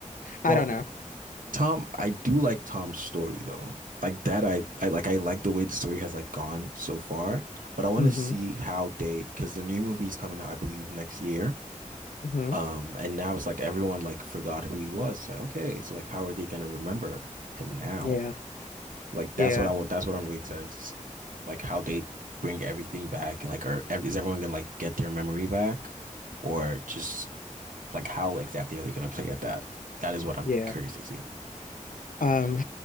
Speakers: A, on the left; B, on the right.
A: I
B: Well,
A: don't know.
B: Tom, I do like Tom's story though. Like that, I, I like I like the way the story has like gone so far. But I want
A: Mm-hmm.
B: to see how they because the new movie is coming out, I believe, next year.
A: Mm-hmm.
B: Um, and now it's like everyone like forgot who he was. It's like, okay, it's like how are they gonna remember him now?
A: Yeah.
B: Like
A: Yeah.
B: that's what I want. That's what I'm really excited to see. Like how they bring everything back and like, are ev- is everyone gonna like get their memory back, or just like how exactly are they going to play at that? That is what I'm
A: Yeah.
B: curious to see.
A: Um,